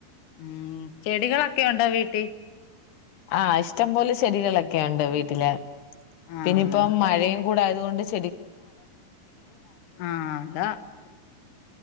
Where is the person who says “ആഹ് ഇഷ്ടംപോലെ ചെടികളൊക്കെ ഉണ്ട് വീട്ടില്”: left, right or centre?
Left